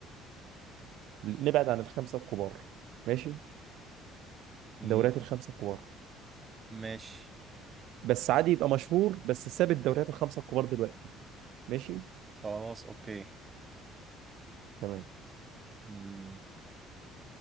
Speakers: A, on the right (about 65°); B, on the right (about 20°).
A: نبعد عن الخمسه الكبار ماشي
B: مم،
A: الدوريات الخمسه الكبار
B: ماشي
A: بس عادي يبقى مشهور بس ساب الدوريات الخمسه الكبار دلوقتي ماشي
B: خلاص اوكي
A: تمام
B: مم،